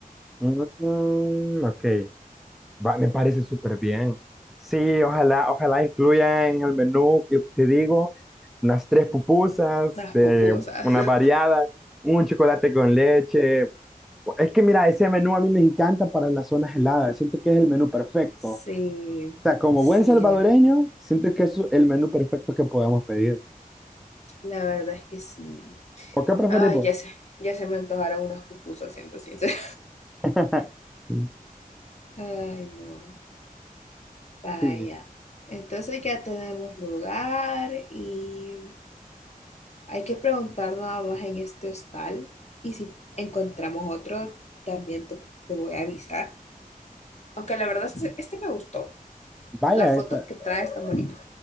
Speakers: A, in the centre; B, on the left.
A: Mm, ok, va, me parece súper bien. Sí, ojalá, ojalá incluyan en el menú, lo que te digo, unas tres pupusas,
B: las
A: de
B: pupusas.
A: una
B: <laughs>
A: variada, un chocolate con leche. Es que mira, ese menú a mí me encanta para las zonas heladas, siento que es el menú perfecto.
B: Sí,
A: O sea, como
B: sí,
A: buen salvadoreño,
B: la verdad.
A: siento que es el menú perfecto que podemos pedir.
B: La verdad es que sí.
A: ¿O qué preferimos?
B: Ay, ya sé, ya se me antojaron unas pupusas, siendo sincera.
A: <laughs> Sí.
B: <laughs> Ay, no, vaya.
A: Sí,
B: Entonces ya tenemos lugar y hay que preguntar nada más en este hostal. Y si encontramos otro, también te, te voy a avisar. Aunque la verdad, este, este me gustó.
A: vaya,
B: las fotos
A: está,
B: que trae están bonitas.